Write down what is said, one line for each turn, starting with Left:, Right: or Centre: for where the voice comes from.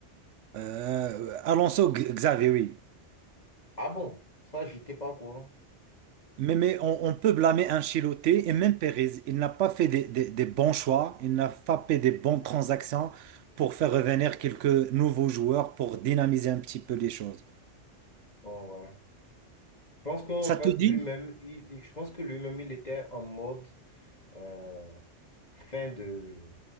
Right: Euh, Alonso G- Xavi, oui.
Left: Ah bon, ça, j'étais pas au courant.
Right: Mais, mais on, on peut blâmer Ancelotti et même Perez. Il n'a pas fait des, des- des bons choix, il n'a pas fait des bonnes transactions pour faire revenir quelques nouveaux joueurs pour dynamiser un petit peu les choses.
Left: oh ouais. Je pense qu'en
Right: Ça
Left: fait,
Right: te dit?
Left: lui-même, il, je pense que lui-même, il était en mode euh, fin de,